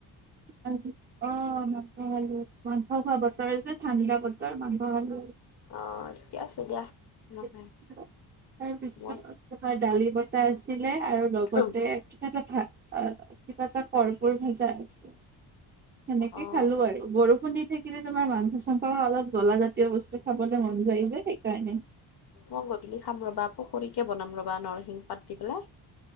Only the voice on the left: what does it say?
অ', ঠিকে আছে দিয়া। নহয়
মই
অ',
অ',
মই গধূলি খাম ৰবা পুকৰীকে বনাম ৰবা নৰসিংহ পাত দি পেলাই